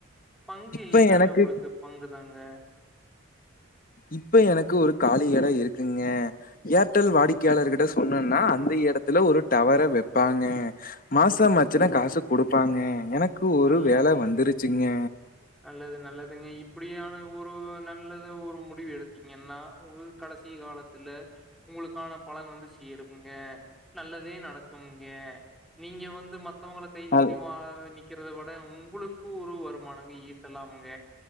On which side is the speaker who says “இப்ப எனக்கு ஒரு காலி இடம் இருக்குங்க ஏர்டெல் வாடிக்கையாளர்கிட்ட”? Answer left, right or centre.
Left